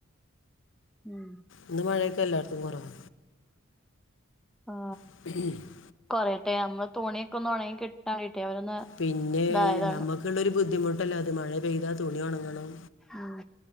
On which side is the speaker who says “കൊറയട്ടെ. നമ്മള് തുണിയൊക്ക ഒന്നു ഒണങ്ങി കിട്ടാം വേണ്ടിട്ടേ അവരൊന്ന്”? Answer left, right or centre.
Centre